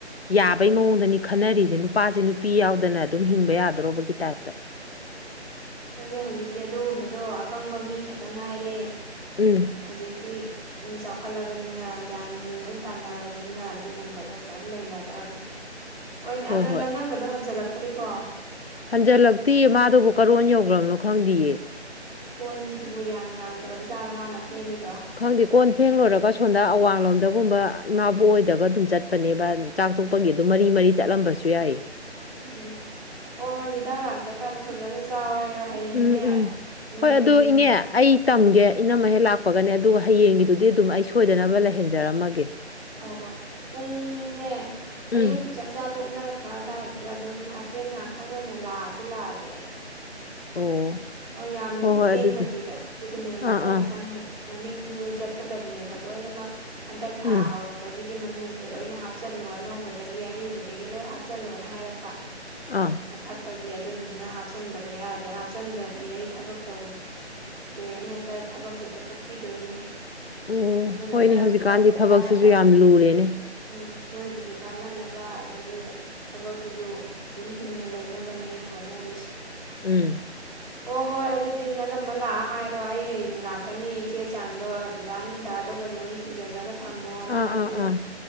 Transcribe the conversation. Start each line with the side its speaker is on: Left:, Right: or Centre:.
Left: ꯌꯥꯕꯩ ꯃꯑꯣꯡꯗꯅꯦ꯫ ꯈꯟꯅꯔꯤꯁꯦ ꯅꯨꯄꯥꯁꯦ ꯅꯨꯄꯤ ꯌꯥꯎꯗꯅ ꯑꯗꯨꯝ ꯍꯤꯡꯕ ꯌꯥꯗ꯭ꯔꯣꯕꯒꯤ ꯇꯥꯏꯞꯇ
Right: ꯅꯅꯦ ꯍꯧꯖꯤꯛꯇꯤ ꯑꯗꯨꯒꯨꯝꯕꯗꯣ ꯑꯄꯪꯕ ꯃꯤ ꯈꯛꯇ ꯉꯥꯏꯔꯦ
Left: ꯎꯝ
Right: ꯍꯧꯖꯤꯛꯇꯤ꯫ ꯆꯥꯎꯈꯠꯂꯕꯅꯤꯅ ꯒ꯭ꯌꯥꯟ ꯂꯣꯏ ꯇꯥꯅꯔꯕꯅꯤꯅ ꯑꯗꯨꯒꯨꯝꯕꯗꯣ ꯀꯔꯤꯝ ꯂꯩꯅꯗ꯭ꯔꯕꯅꯤ ꯍꯣꯏꯅꯦ
Left: ꯍꯣꯏ
Right: ꯑꯗꯣ
Left: ꯍꯣꯏ
Right: ꯅꯅꯝꯕꯗꯣ ꯍꯟꯖꯤꯜꯂꯛꯇ꯭ꯔꯤꯕꯣ꯫
Left: ꯍꯟꯖꯜꯂꯛꯇꯤꯌꯦ ꯃꯥꯗꯨꯕꯨ ꯀꯔꯣꯟ ꯌꯧꯈ꯭ꯔꯕꯅꯣ ꯈꯪꯗꯌꯦ
Right: ꯀꯣꯟꯗꯨꯕꯨ ꯌꯥꯝ ꯌꯥꯝꯈ꯭ꯔꯕ ꯖꯥꯠꯗ ꯃꯥꯅ ꯐꯦꯡꯉꯤꯗꯣ꯫
Left: ꯈꯪꯗꯦ ꯀꯣꯟ ꯐꯦꯡꯂꯣꯏꯨꯔꯒ ꯁꯣꯝꯗ ꯑꯋꯥꯡꯂꯣꯝꯗꯒꯨꯝꯕ ꯏꯃꯥꯕꯨ ꯑꯣꯏꯗꯒ ꯑꯗꯨꯝ ꯆꯠꯄꯅꯦꯕ꯫ ꯆꯥꯛ ꯆꯣꯛꯄꯒꯤ ꯑꯗꯨ ꯃꯔꯤ ꯃꯔꯤ ꯆꯠꯂꯝꯕꯁꯨ ꯌꯥꯏꯌꯦ
Right: ꯎꯝ ꯍ ꯍꯣꯏ ꯍꯤꯗꯥꯛ ꯂꯥꯡꯇ ꯀꯥꯟꯗ ꯐꯖꯅ ꯆꯥꯎꯋ ꯍꯥꯏꯣ ꯍꯌꯦꯡꯅꯦ
Left: ꯎꯝ ꯎꯝ
Right: ꯅꯨꯡꯊꯤꯟ
Left: ꯍꯣꯏ ꯑꯗꯣ ꯏꯅꯦ ꯑꯩ ꯇꯝꯒꯦ
Right: ꯎꯝ
Left: ꯏꯅꯝꯃ ꯍꯦꯛ ꯂꯥꯛꯄꯒꯅꯦ ꯑꯗꯨꯒ ꯍꯌꯦꯡꯒꯤꯗꯨꯗꯤ ꯑꯗꯨꯝ ꯑꯩ ꯁꯣꯏꯗꯅꯕ ꯂꯩꯍꯟꯖꯔꯝꯃꯒꯦ
Right: ꯍ ꯍꯣꯏ ꯄꯨꯡꯅꯦ ꯑꯌꯨꯛꯀꯤ
Left: ꯎꯝ
Right: ꯆꯥꯛꯆꯥ ꯊꯣꯛꯅꯔꯛ__ ꯂꯄ ꯑꯗꯨꯋꯥꯏꯗꯨꯗ ꯑꯗꯨꯝ ꯍꯥꯏꯐꯦꯠ ꯉꯍꯥꯛꯇꯪ ꯑꯣꯏꯅ ꯂꯥꯛꯑꯁꯨ ꯂꯥꯛꯑꯒꯦ ꯑꯩ
Left: ꯑꯣ
Right: ꯍꯣꯏ ꯌꯥꯝꯗꯤ
Left: ꯍꯣꯏ
Right: ꯊꯦꯡꯗꯕꯤꯗ
Left: ꯑꯗꯨꯗꯤ
Right: ꯑꯗꯨꯗꯨꯅꯦ ꯃꯊꯪ
Left: ꯑꯥ ꯑꯥ
Right: ꯃꯊꯪ ꯃꯅꯤꯡꯁꯨ ꯆꯠꯀꯗꯕꯅꯦꯕ ꯂꯣꯏꯅꯃꯛ ꯍꯟꯗꯛ ꯊꯥ
Left: ꯎꯝ
Right: ꯍꯧꯔꯛꯄ ꯍꯧꯖꯤꯛꯀꯤ ꯃꯅꯨꯡꯁꯤꯗ ꯂꯣꯏꯅ ꯍꯥꯞꯆꯜꯂꯨ ꯑꯅꯧꯕꯗꯒꯤ ꯑꯔꯤꯕꯗꯒꯤ ꯂꯣꯏ ꯍꯥꯞꯆꯜꯂꯣꯅ ꯍꯥꯏꯔꯛꯄ
Left: ꯑꯥ꯫
Right: ꯃꯊꯛꯇꯒꯤ ꯑꯗꯨꯗꯨꯅ ꯍꯥꯞꯆꯟꯗꯕ ꯌꯥꯗ꯭ꯔꯦ ꯍꯥꯞꯆꯟꯗ꯭ꯔꯗꯤ ꯑꯗꯨꯗꯤ ꯑꯩ ꯊꯕꯛ ꯇꯧꯗ꯭ꯔꯦꯅ ꯍꯦꯛꯇ ꯊꯕꯛꯁꯦ ꯍꯦꯛꯇ ꯀꯛꯄꯤꯗꯣꯏꯅꯤꯅꯦ
Left: ꯎꯝ
Right: ꯑꯗꯨꯅ
Left: ꯍꯣꯏꯅꯦ
Right: ꯈꯔꯁꯨ
Left: ꯍꯧꯖꯤꯛꯀꯥꯟꯗꯤ
Right: ꯇꯧꯗ
Left: ꯊꯕꯛꯁꯤꯁꯨ
Right: ꯌꯥꯗꯕ
Left: ꯌꯥꯝ ꯂꯨꯔꯦꯅꯦ꯫
Right: ꯎꯝ ꯅꯣꯏꯒꯤꯁꯨ ꯀꯥꯟꯅꯅꯕ ꯑꯗꯒꯤ ꯊꯕꯛꯁꯤꯁꯨ ꯑꯗꯨꯝ ꯍꯤꯡꯅ ꯂꯩꯅꯕꯅꯦ ꯑꯩꯅ ꯍꯣꯠꯅꯔꯤꯁꯦ
Left: ꯎꯝ
Right: ꯑꯣ ꯍꯣꯏ ꯑꯗꯨꯗꯤ ꯅꯅꯝꯃ ꯂꯥꯛꯄꯒ ꯍꯥꯏꯔꯣ ꯑꯩ ꯍꯌꯦꯡ ꯂꯥꯛꯀꯅꯤ ꯆꯦ ꯆꯥꯡꯗꯣ ꯑꯗꯨꯗꯥ ꯅꯨꯡꯗꯥꯔꯗꯣ ꯐꯖꯅ ꯊꯤꯖꯤꯜꯂꯒ ꯊꯝꯃꯣꯅ
Left: ꯑꯥ
Right: ꯍꯥꯏꯕꯤꯔꯣ
Left: ꯑꯥ ꯑꯥ